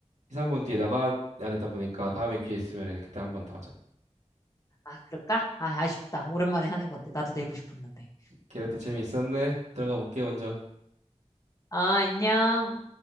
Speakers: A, on the right; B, on the left.
A: 2, 3분 뒤에 나가야 되다 보니까 다음에 기회 있으면은 그때 한 번 더 하자.
B: 아, 그럴까? 아, 아쉽다. 오랜만에 하는 건데. 나도 내고 싶었는데.
A: 그래도 재미있었네. 들어가 볼게 먼저.
B: 아, 안녕.